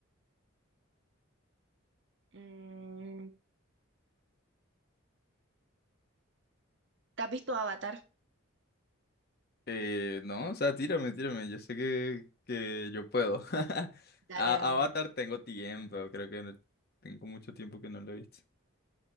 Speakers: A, on the right; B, on the left.
A: Mm, ¿Te has visto Avatar?
B: Eh, no, o sea, tírame, tírame, yo sé que, que yo puedo. <laughs>
A: Dale,
B: A
A: dale,
B: Avatar
A: dale.
B: tengo tiempo, creo que no- tengo mucho tiempo que no lo he visto.